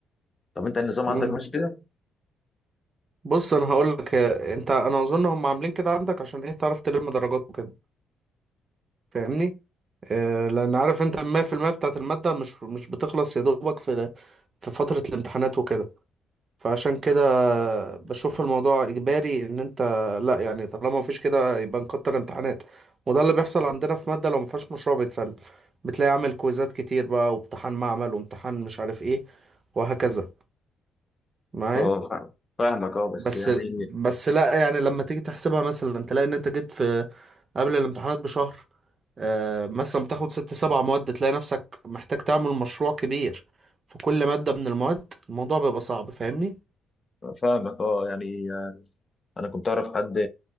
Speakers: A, on the left (about 30°); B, on the right (about 40°).
A: طب انت النظام
B: امم
A: عندك ماشي كده؟
B: بص انا هقول لك انت انا اظن هم عاملين كده عندك عشان ايه تعرف تلم درجات وكده فاهمني آه لان عارف انت المية في المية بتاعت المادة مش مش بتخلص يا دوبك في في فترة الامتحانات وكده فعشان كده بشوف الموضوع اجباري ان انت لا يعني طالما مفيش كده يبقى نكتر امتحانات وده اللي بيحصل عندنا في مادة لو مفيهاش مشروع بيتسلم بتلاقي عامل كويزات كتير بقى وامتحان معمل وامتحان مش عارف ايه وهكذا معايا
A: اه فا- فاهمك اه بس
B: بس
A: يعني
B: بس لا يعني لما تيجي تحسبها مثلا تلاقي ان انت جيت في قبل الامتحانات بشهر آه، مثلا بتاخد ست سبع مواد تلاقي نفسك محتاج تعمل مشروع كبير في كل مادة من المواد الموضوع بيبقى صعب فاهمني
A: فاهمك اه يعني انا كنت اعرف حد